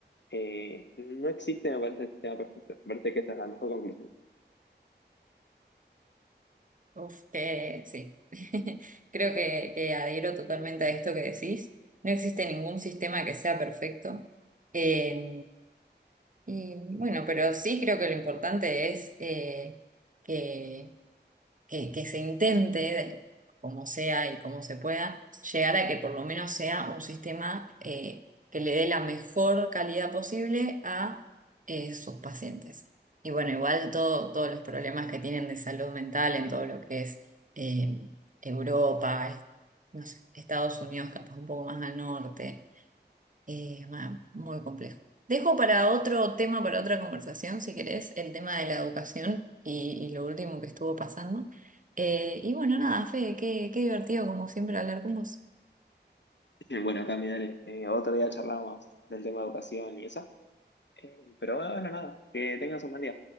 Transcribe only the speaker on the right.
Uf, que sí. <laughs> Creo que, que adhiero totalmente a esto que decís. No existe ningún sistema que sea perfecto. Eh, y bueno, pero sí creo que lo importante es eh, que que, que se intente, de- como sea y como se pueda, llegar a que por lo menos sea un sistema eh, que le dé la mejor calidad posible a eh, sus pacientes. Y bueno, igual todo- todos los problemas que tienen de salud mental en todo lo que es eh, Europa, es- no sé, Estados Unidos, capaz un poco más al norte. Eh, ah, muy complejo. Dejo para otro tema, para otra conversación, si querés, el tema de la educación y, y lo último que estuvo pasando. Eh, y bueno, nada, Fede, qué, qué divertido como siempre hablar con vos.